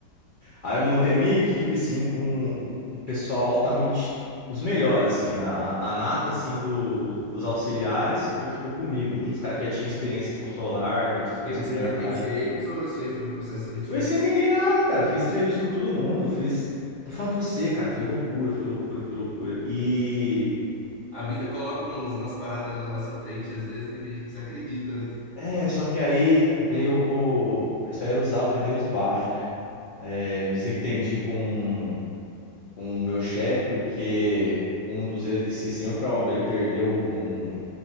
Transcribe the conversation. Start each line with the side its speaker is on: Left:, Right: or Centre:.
Left: aí eu montei a minha equipe, assim, com um pessoal altamente, os melhores, assim. A, a nata, assim, do, dos auxiliares foi, ficou comigo.
Right: Uhum.
Left: Os caras que já tinham experiência com solar, que já tinham experiência
Right: E você
Left: com montagem.
Right: já conhecia eles ou isso aí foi um processo seletivo?
Left: Conheci ninguém nada, cara. Fiz entrevista com todo mundo, fiz. Tô falando pra você, cara, foi loucura, foi loucura, foi loucura. E.
Right: A vida coloca uns, umas paradas na nossa frente, às vezes, né, que a gente desacredita, né?
Left: É, só que aí veio o. Isso aí era os altos e veio os baixos, né? É, me desentendi com, com o meu chefe, porque um dos eletricistas em outra obra ele perdeu um-